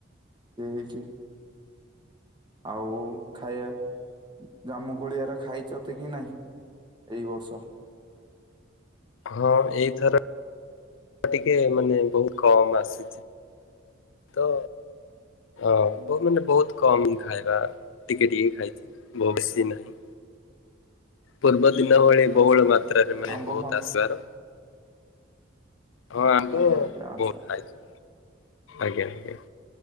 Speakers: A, on the right; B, on the left.
A: ଏଇ ହେଇକି ଆଉ ଖାଇବା ଜାମୁ କୋଳିଆରେ ଖାଇଚତ କି ନାଇଁ ଏଇ ବର୍ଷ?
B: ହଁ ଏଇଥର ଟିକେ ମାନେ ବହୁତ କମ୍ ଆସିଛି। ତ ହଁ ବ ମାନେ ବହୁତ କମ ଖାଇବା। ଟିକେ ଟିକେ ଖାଇଛି ବହୁତ ବେଶୀ ନାହିଁ। ପୂର୍ବ ଦିନ ଭଳି
A: ଆଚ୍ଛା
B: ବହୁଳ ମାତ୍ରାରେ ମାନେ
A: ଆମ୍ବ
B: ବହୁତ
A: ଫାମ୍ବ
B: ଆସିବାର ହଁ ଆମ୍ବ
A: ଆଜ୍ଞା ଆଜ୍ଞା ଆଚ୍ଛା
B: ବହୁତ ଖାଇଛି, ଆଜ୍ଞା-ଆଜ୍ଞା।